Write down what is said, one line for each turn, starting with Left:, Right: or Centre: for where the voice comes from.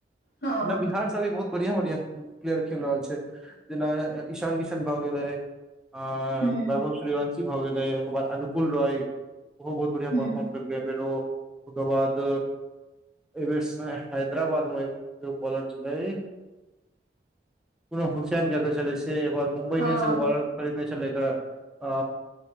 Left: हँ
Centre: ओना बिहारसँ भी बहुत बढ़िया बढ़िया प्लेयर खेल रहल छै जेना ईशान किशन भए गेलै आ
Left: हूँ
Centre: बाबु श्रीवत भऽ गेलै ओय के बाद अनुकूल रॉय ओहो बहुत बढ़िआ
Left: हूँ
Centre: परफर्म केलकै अय बेर ओ ओकर बाद एहि बेर हैदराबाद मे बॉलर छलै अकरो कुछ छल से एक मुम्बई
Left: हँ
Centre: बौलर छलै तऽ अ